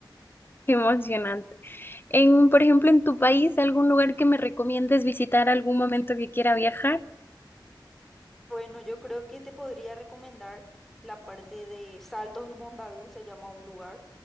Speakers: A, on the left (about 25°); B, in the centre.
A: Qué Emocionante. En, por ejemplo, en tu país, ¿algún lugar que me recomiendes visitar algún momento que quiera viajar?
B: Bueno, yo creo que te podría recomendar la parte de Saltos del Mondadú, se llama un lugar,